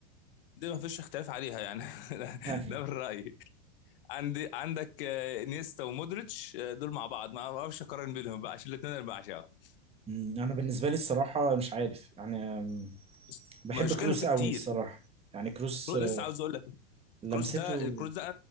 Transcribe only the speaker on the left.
دي ما فيش اختلاف عليها يعني <laughs>
ده من رايي عندي عندك آه، نيستا ومودريتش آه، دول مع بعض ما اعرفش اقارن بينهم بقى عشان الاثنين انا بعشقهم
بس
مشكله
في
كتير
لسه عاوز اقول لك كروس
ده الكروس ده